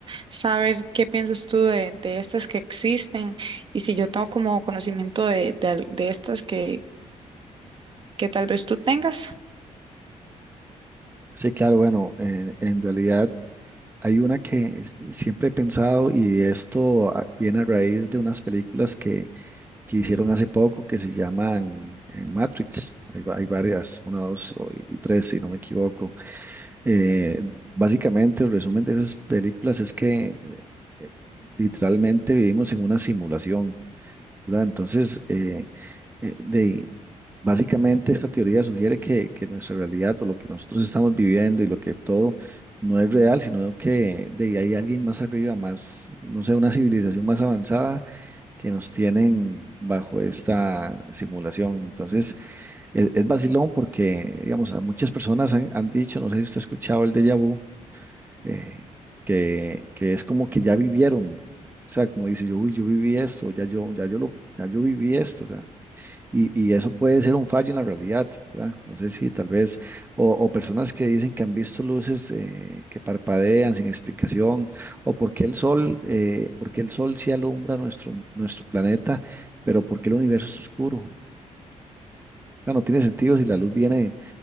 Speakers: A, on the right; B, on the right.
A: saber qué piensas tú de, de estas que existen y si yo tengo como conocimiento de, de, al- de estas que, que tal vez tú tengas.
B: Sí, claro, bueno, en, en realidad hay una que s- siempre he pensado y esto ah, viene a raíz de unas películas que, que hicieron hace poco que se llaman eh, Matrix. Hay, va- hay varias, una, dos o- y tres, si no me equivoco. Eh, básicamente, el resumen de esas películas es que eh, literalmente vivimos en una simulación, ¿verdad? Entonces, eh, eh, de, básicamente esta teoría sugiere que, que nuestra realidad o lo que nosotros estamos viviendo y lo que todo no es real, sino que de ahí hay alguien más arriba, más, no sé, una civilización más avanzada que nos tienen bajo esta simulación. Entonces, es, es vacilón porque, digamos, a muchas personas han, han dicho, no sé si usted ha escuchado el déjà vu, eh, que, que es como que ya vivieron. O sea, como dice yo, uy, yo viví esto, ya yo, ya yo lo, ya yo viví esto, o sea, y, y eso puede ser un fallo en la realidad, ¿verdad? No sé si tal vez, o, o personas que dicen que han visto luces eh, que parpadean sin explicación, o por qué el sol, eh, por qué el sol sí alumbra nuestro, nuestro planeta, pero por qué el universo es oscuro. Ah, no tiene sentido si la luz viene